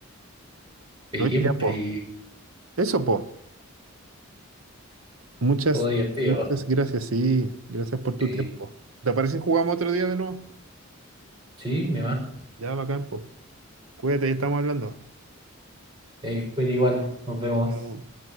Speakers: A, on the right (about 20°); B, on the right (about 75°).
A: Y,
B: No hay
A: quién,
B: tiempo.
A: y
B: Eso, po. Muchas,
A: todo divertido.
B: muchas gracias, sí. Gracias por tu
A: Sí,
B: tiempo. ¿Te parece si jugamos otro día de nuevo?
A: sí, mi mamá.
B: Ya, bacán, po. Cuídate, ya estamos hablando.
A: Eh, cuídate igual, nos vemos.
B: Chao.